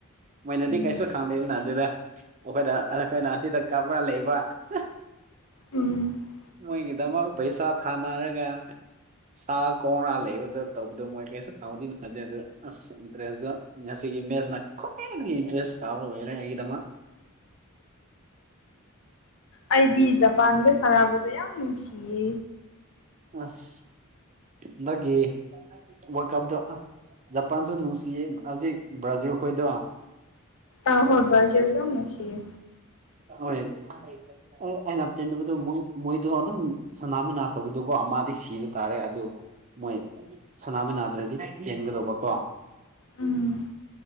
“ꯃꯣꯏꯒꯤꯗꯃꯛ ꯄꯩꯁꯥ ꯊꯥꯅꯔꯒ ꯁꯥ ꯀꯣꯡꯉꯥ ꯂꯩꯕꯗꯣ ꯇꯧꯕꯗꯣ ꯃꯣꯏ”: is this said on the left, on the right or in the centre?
Right